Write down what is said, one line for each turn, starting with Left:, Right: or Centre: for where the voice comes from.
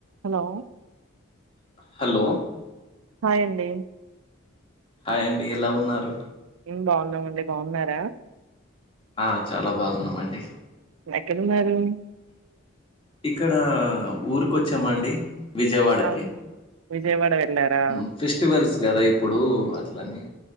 Right: హలో
Left: హలో
Right: హాయండి
Left: హాయ్ అండి ఎలా ఉన్నారు
Right: ఉ బాగున్నామండి బాగున్నారా
Left: ఆ చాలా బాగున్నామండి
Right: ఎక్కడున్నారు?
Left: ఇక్కడ ఊరికొచ్చామా అండి. విజయవాడకి
Right: ఆ విజయవాడ వెళ్ళారా
Left: మ్ ఫెస్టివల్స్ గదా ఇప్పుడు అట్లని